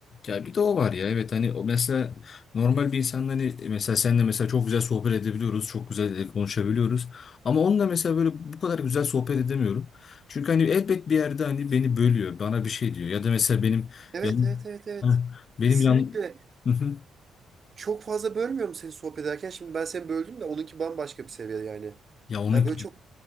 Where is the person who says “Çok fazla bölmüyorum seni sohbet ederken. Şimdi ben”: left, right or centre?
Right